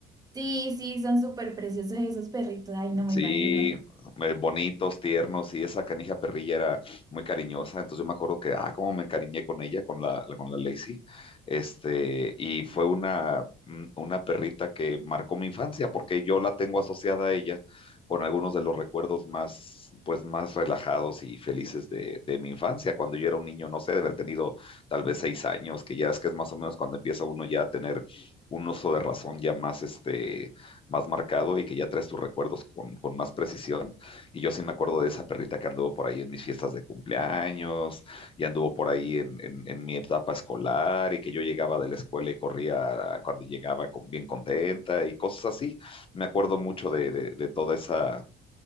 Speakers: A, on the right; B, on the left.
A: Sí, sí, son súper preciosos esos perritos. Ay, no me
B: Sí,
A: imagino.
B: eh, bonitos, tiernos, y esa canija perrilla era muy cariñosa, entonces yo me acuerdo que, ah, cómo me encariñé con ella, con la, la- con la Lacey, este, y fue una, un- una perrita que marcó mi infancia, porque yo la tengo asociada a ella con algunos de los recuerdos más, pues, más relajados y felices de, de mi infancia, cuando yo era un niño, no sé, de haber tenido tal vez seis años, que ya es que es más o menos cuando empieza uno ya a tener un uso de razón ya más, este más marcado y que ya traes tus recuerdos con, con más precisión. Y yo sí me acuerdo de esa perrita que anduvo por ahí en mis fiestas de cumpleaños y anduvo por ahí en, en, en mi etapa escolar y que yo llegaba de la escuela y corría cuando llegaba con, bien contenta y cosas así. Me acuerdo mucho de, de, de toda esa